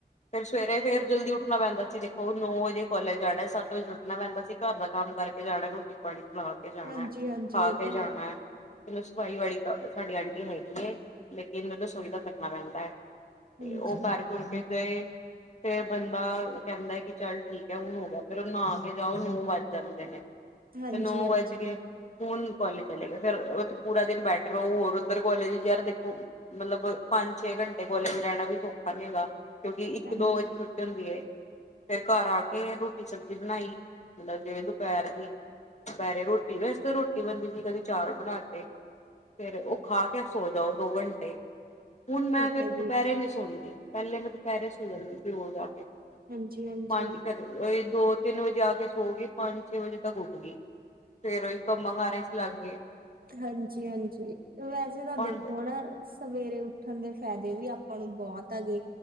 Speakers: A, on the left; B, on the right.
A: ਫੇਰ ਸਵੇਰੇ ਫੇਰ ਜਲਦੀ ਉੱਠਣਾ ਪੈਂਦਾ ਸੀ। ਦੇਖੋ ਨੌ ਵਜੇ ਕੋਲਜ ਜਾਣਾ ਸੱਤ ਵਜੇ ਉੱਠਣਾ ਪੈਂਦਾ ਸੀ। ਘਰ ਦਾ ਕੰਮ ਕਰਕੇ ਜਾਣਾ ਰੋਟੀ ਪਾਣੀ ਬਣਾ ਕੇ ਜਾਣਾ।
B: ਹਾਂਜੀ-ਹਾਂਜੀ
A: ਖਾ
B: ਇਹ
A: ਕੇ
B: ਤਾਂ
A: ਜਾਣਾ।
B: ਹੈ,
A: ਚਲੋ ਸਫਾਈ ਵਾਲੀ ਤਾਂ ਸਾਡੀ ਆਂਟੀ ਹੈਗੀ ਐ। ਲੇਕਿਨ ਰਸੋਈ ਦਾ ਕਰਣਾ ਪੈਂਦਾ ਐ।
B: ਹਾਂਜੀ,
A: ਉਹ ਕਰ ਕੁਰ ਕੇ ਗਏ। ਫੇਰ ਬੰਦਾ ਕਹਿੰਦਾ ਕਿ ਚੱਲ ਠੀਕ ਐ ਹੁਣ ਹੋ ਗਿਆ। ਫਿਰ ਉਹ ਨਹਾਕੇ ਜਾਓ ਨੌ ਵੱਜ ਜਾਂਦੇ ਨੇ।
B: ਹਾਂਜੀ-ਹਾਂਜੀ,
A: ਤੇ ਨੌ ਵੱਜ ਗਏ। ਹੁਣ ਕੋਲਜ ਚਲੇ ਗਿਆ ਫਿਰ ਉੱਥੇ ਪੂਰਾ ਦਿਨ ਬੈਠ ਰਹੋ। ਹੋਰ ਉੱਧਰ ਕੋਲਜ ਯਾਰ ਦੇਖ ਮਤਲਬ ਪੰਜ- ਛੇ ਘੰਟੇ ਕੋਲੇਜ ਰਹਿਣਾ ਵੀ ਸੌਖਾ ਨੀ ਹੈਗਾ। ਕਿਉਂਕਿ ਇੱਕ-
B: ਹਾਂਜੀ
A: ਦੋ ਵਜੇ
B: ਹਾਂਜੀ
A: ਛੁ ਹੁੰਦੀ ਐ। ਫੇਰ ਘਰ ਆਕੇ ਰੋਟੀ ਸਬਜ਼ੀ ਬਣਾਈ ਮਤਲਬ ਜੇ ਦੁਪਹਿਰ ਦੀ। ਦੁਪਹਿਰੇ ਰੋਟੀ ਵੈਸ ਤਾਂ ਰੋਟੀ ਬਣਦੀ ਸੀ। ਕਦੀ ਚਾਵਲ ਬਣਾ ਤੇ। ਫੇਰ ਉਹ ਖਾ ਕੇ ਸੋ ਜਾਓ ਦੋ ਘੰਟੇ। ਹੁਣ ਮੈਂ
B: ਠੀਕ
A: ਫਿਰ
B: ਹੈ
A: ਦੁਪਹਿਰੇ
B: ਜੀ।
A: ਨੀ ਸੌਂਦੀ। ਪਹਿਲੇ ਮੈਂ ਦੁਪਹਿਰੇ ਸੌ ਜਾਂਦੀ ਸੀ ਰੋਜ਼ ਆ ਕੇ।
B: ਹਾਂਜੀ-ਹਾਂਜੀ।
A: ਹਾਂਜੀ ਘਰੇ। ਉਹੀ ਦੋ- ਤਿੰਨ ਵਜੇ ਆ ਕੇ ਸੋ ਗਈ। ਪੰਜ- ਛੇ ਵਜੇ ਤੱਕ ਉੱਠ ਗਈ। ਫੇਰ ਉਹੀ ਕੰਮਾਂ-ਕਾਰਾਂ 'ਚ ਲੱਗ ਗਏ।
B: ਹਾਂਜੀ-ਹਾਂਜੀ ਵੈਸੇ ਤਾਂ
A: ਹੁਣ
B: ਦੇਖੋ ਹਨਾ। ਸਵੇਰੇ ਉੱਠਣ ਦੇ ਫਾਇਦੇ ਵੀ ਆਪਾਂ ਨੂੰ ਬਹੁਤ ਆ ਗੇ।